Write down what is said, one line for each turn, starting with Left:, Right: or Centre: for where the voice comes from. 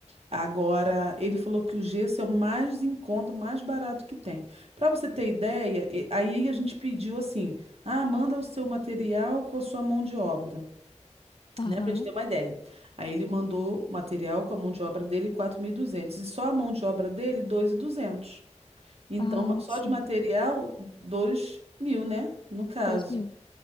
Right: Agora, ele falou que o gesso é o mais em conta, o mais barato que tem. Para você ter ideia, e- aí a gente pediu assim: ah, manda o seu material com a sua mão de obra,
Left: Aham.
Right: né? Para gente ter uma ideia. Aí ele mandou o material com a mão de obra dele 4.200 e duzentos e só a mão de obra dele dois mil e duzentos Então,
Left: Ah,
Right: ma- só
Left: sim.
Right: de material, dois mil né? No caso.
Left: Dois mil.